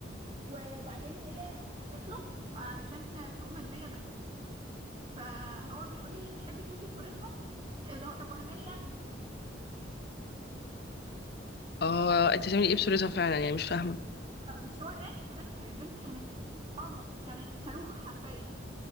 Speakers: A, on the right; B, on the left.
A: وبعدين هي فكست له علشان فروق مادية بينهم فهو بيقول لي تحبي تشوفي صورتها إيه ده طب وانا مالي يا ابني
B: اه انت هتعملي ايه بصورتها فعلا يعني مش فاهمة
A: بس هو وراني صورتها هي البنت كانت قمر كانت صاروخ حرفيا